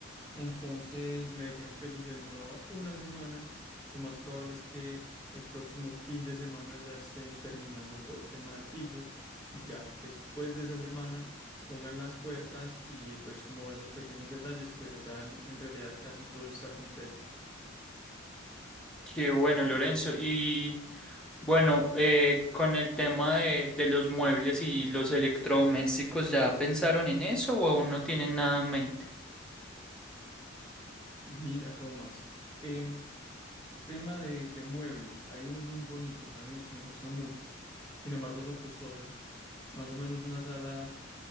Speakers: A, on the left; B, in the centre.
A: Entonces me dijeron que eso se demoraba una semana. Lo más probable es que el próximo fin de semana ya estén terminando todo el tema de pisos y ya después de esa semana pongan las puertas y pues como esos pequeños detalles, pero ya en en realidad casi todo está completo.
B: Qué bueno, Lorenzo. Y bueno, eh, con el tema de, de los muebles y los electrodomésticos, ¿ya pensaron en eso o aún no tienen nada en mente?
A: Mira, Tomás, em, tema de, de muebles, hay unos muy bonitos, hay unos que me gustan mucho, sin embargo son costosos. Más o menos una sala